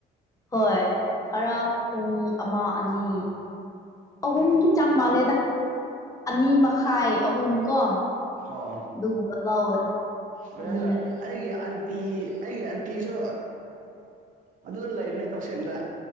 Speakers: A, on the left (about 20°); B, on the right (about 50°).
A: ꯍꯣꯏ ꯈꯔ ꯄꯨꯡ ꯑꯃ ꯑꯅꯤ ꯑꯍꯨꯝꯒꯤ ꯆꯥꯡ ꯃꯥꯜꯂꯦꯗ ꯑꯅꯤ ꯃꯈꯥꯏ ꯑꯍꯨꯝ ꯀꯣ
B: ꯑꯣ
A: ꯑꯗꯨꯒꯨꯝꯕ ꯂꯧꯋꯦ
B: ꯍꯔ
A: ꯂꯝꯕꯤꯅ
B: ꯑꯩꯒꯤ ꯑꯟꯇꯤ ꯑꯩꯒꯤ ꯑꯟꯇꯤꯁꯨ ꯑꯗꯨꯗ ꯂꯩꯕꯅꯤ ꯇꯧꯁꯦꯝꯗ